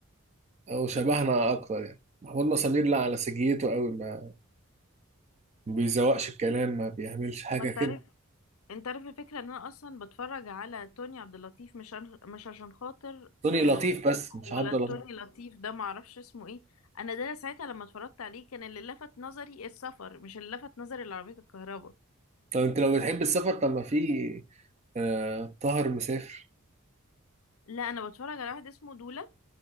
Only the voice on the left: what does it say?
وانت
عارف انت عارف الفكرة ان انا اصلا بتفرج على توني عبد اللطيف مش عن- مش عشان خاطر
آه
ولا
توني لطيف ده معرفش اسمه ايه انا ده ساعتها لما اتفرجت عليه كان اللي لفت نظري السفر مش اللي لفت نظري العربية الكهرباء
لا انا بتفرج على واحد اسمه دولا